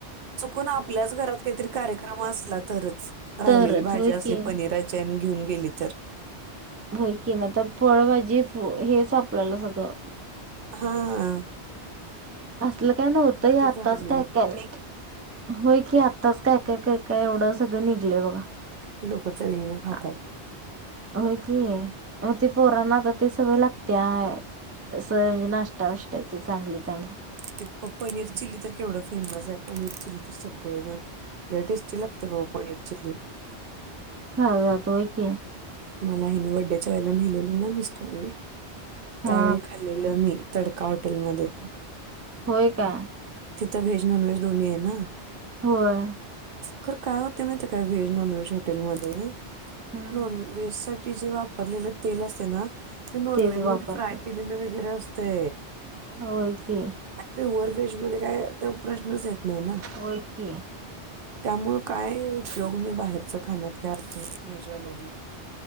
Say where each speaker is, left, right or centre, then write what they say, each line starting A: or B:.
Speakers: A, on the right (about 60°); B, on the right (about 20°).
A: चुकून आपल्याच घरात काहीतरी कार्यक्रम असत तरच राहिलेली
B: तरच
A: भाजी
B: होय
A: असली
B: की
A: पनीराची घेऊन गेली तर
B: होय की नाहीता फळभजी हेच आपल्याला सगळं
A: हा हा
B: असल काय नव्हतं हे आताच
A: झाले
B: काय काय नाही होय की आता आताच काय काय काय काय एवढं सगळं निघलंय बघा
A: लोक च विहिणं खातात
B: आ- होय कि मग ते पोरांना आता ते सवय लागते अस म्हणजे नाश्तावाष्टाची चांगली चांगली
A: ते पनीर चिली तर केवढं फेमस आहे पनीर चिली तर सगळेजण टेस्टी लागते बा पनीर चिली
B: खा तोय क
A: मला हनी बड्डेच्या वेयला नेहिलेल ना मिस्टरने
B: हा
A: त्यावेळी खाल्लेलं मी तडका हॉटेलमध्ये
B: होय काय
A: तिथ व्ज नॉन व्ज दो्ही आहे ना
B: होय
A: ख काय होते माहित काय व्हेज नॉन व्हेज हॉटेलमध्ये
B: हम्म
A: नॉन वेज ति जे वापरलेलं तेल असे ना ते नॉनव्हेज
B: तेच वापरतो
A: म्हध्ये फ्रय केलेलं वगैरे असत ते
B: होय की.
A: पिवर व्हेज मध्ये <unintelligible> तो प्रश्नच येत नाही
B: होय की
A: त्यामुळं काय उपयोग नाही बाहेरचं खाण्यात काय अर्थ नाही व्हेजवाल्यांनी.